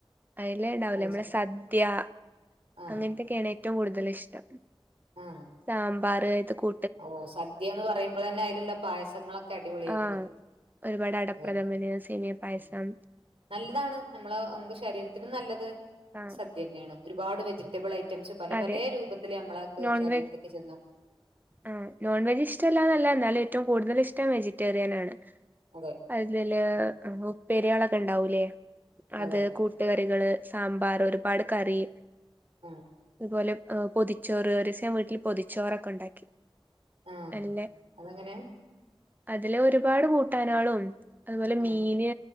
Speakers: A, on the right (about 20°); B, on the right (about 85°).
A: അയില് ണ്ടാവൂലേ
B: അത്
A: നമ്മളെ
B: ശരി
A: സദ്യാ
B: ആഹ്
A: അങ്ങൻത്തൊക്കേണ് ഏറ്റവും കൂടുതൽ ഇഷ്ടം
B: ആഹ്
A: സാമ്പാറ് അയ്ത്തെ കൂ
B: ഓഹ് സദ്യാന്ന് പറയുമ്പോളെന്നെ അയില്ള്ള പായസങ്ങളൊക്കെ അടിപൊളിയായിരിക്കും
A: ആഹ് ഒരുപാട് അടപ്രദംമന്
B: അതെ
A: സേമിയ പായസം
B: ഉം. നല്ലതാണ് നമ്മള നമുക്ക് ശരീരത്തിനും നല്ലത്
A: ആഹ്
B: സദ്യന്നേണ് ഒരുപാട് വെജിറ്റബിൾ ഐറ്റംസ് പല
A: അതെ
B: പലേ രൂപത്തില് നമ്മളക്ക്
A: നോൺ
B: ശരീരത്ത്ക്ക്
A: വെജ്
B: ചെന്നു
A: ആഹ് നോൺ വെജ് ഇഷ്ടല്ലാന്നല്ല എന്നാലും ഏറ്റവും കൂടുതൽ ഇഷ്ടം വെജിറ്റേറിയൻ ആണ്
B: അതെ
A: അതില്
B: ഉം.
A: ഉപ്പേരിയാളൊക്കെ ഉണ്ടാവൂല്ലേ അത്
B: അതെ
A: കൂ ട്ടുകറികള് സാമ്പാർ ഒരുപാട് കറി
B: ആഹ്
A: അതുപോലെ പൊതിച്ചോറ് ഒരീസം ഞാ വീട്ടിൽ പൊതിച്ചോറൊക്കെ ഉണ്ടാക്കി
B: ആഹ്
A: അല്ലെ
B: അതങ്ങനെ
A: അതില് ഒരുപാട് കൂട്ടാനാളും അതുപോലെ
B: ആഹ്
A: മീന്